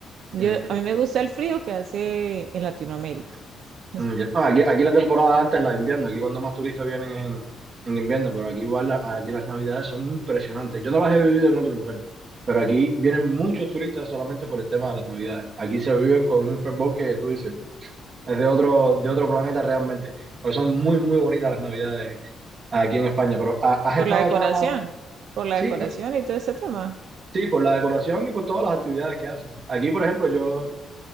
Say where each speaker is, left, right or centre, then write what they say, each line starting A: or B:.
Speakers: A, on the right; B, on the right.
A: Yo,
B: mm,
A: a mí me gusta el frío que hace en Latinoamérica, <laughs>
B: mm, ya. No, aquí, aquí la temporada alta es la de invierno, aquí cuando más turistas vienen es en, en invierno, pero aquí igual la- aquí las navidades son impresionantes. Yo no las he vivido en otro lugar, pero aquí vienen muchos turistas solamente por el tema de las navidades. Aquí se viven con un fervor que tú dices, es de otro, de otro planeta realmente, porque son muy, muy bonitas las navidades aquí en España. Pero ¿ha- ¿has
A: por
B: estado
A: la decoración,
B: acá?
A: por la
B: Sí,
A: decoración
B: ¿no?
A: y todo ese tema.
B: sí, por la decoración y por todas las actividades que hacen. Aquí, por ejemplo, yo...